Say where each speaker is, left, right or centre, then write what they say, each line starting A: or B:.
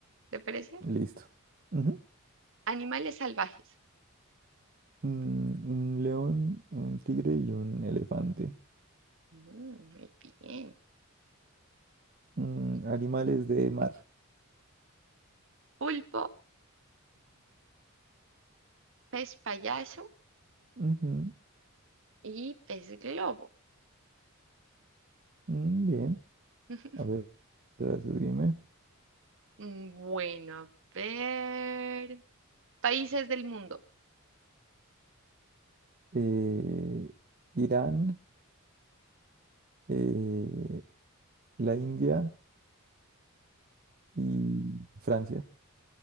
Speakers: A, on the right; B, on the right.
A: ¿te parece?
B: listo. Ujú.
A: Animales salvajes.
B: Mm, un león, un tigre y un elefante.
A: Mm, muy bien.
B: Mm, animales de mar.
A: Pulpo, pez payaso
B: Ujú, ujú,
A: y pez globo.
B: mm, bien.
A: <laughs>
B: A ver, ahora tú dime.
A: Mm, Bueno, a ver. Países del mundo.
B: Eh, Irán, eh, la India y Francia.